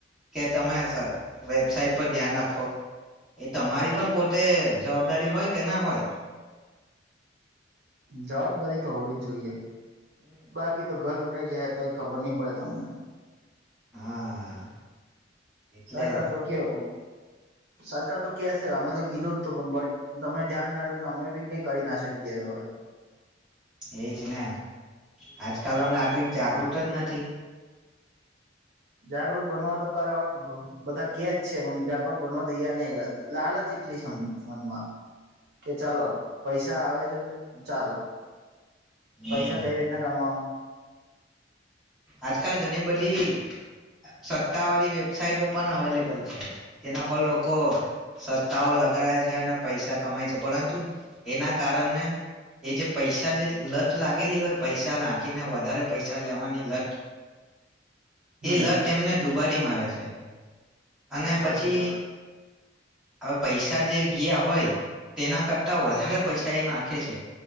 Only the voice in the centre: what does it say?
કે તમે વેબસાઇટ પર ધ્યાન રાખો એ તમારી પણ પોતે જવાબદારી હોય કે ના હોય
હમ
હા એટલે
જ
એજ ને આજકાલનો નાગરિક જાગૃત જ નથી
હમ
આજકાલ ઘણી બધી સત્તા વાળી વેબસાઇટો પણ અવેલેબલ છે જેના પર લોકો સત્તાઓ લગાએ છે અને પૈસા કમાય છે પરંતુ એના કારણે એ જે પૈસા જે લત લાગેલી હોય પૈસા નાખીને વધારે પૈસા લેવાની લટ એ
લત તેમને ડૂબ બરી મારે છે અને
પછી હવે પૈસા જે ગીયા હોય તેના કરતા વધારે પૈસા એ નાખે છે